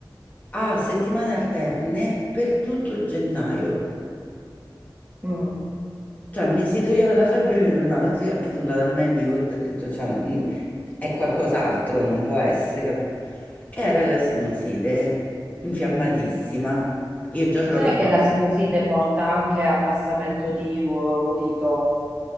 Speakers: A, on the left; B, on the right.
A: a settimane alterne per tutto gennaio.
B: mm.
A: Cioè, mi si toglieva la febbre e mi ritornava. Mi si- E sono andata al medico e ho detto, cioè, no, mm, è qualcos'altro, non può essere, capito? Era la sinusite infiammatissima. Io già
B: Lo
A: ce l'ho
B: sai
A: cronica.
B: che la sinusite porta anche abbassamento di u- udito?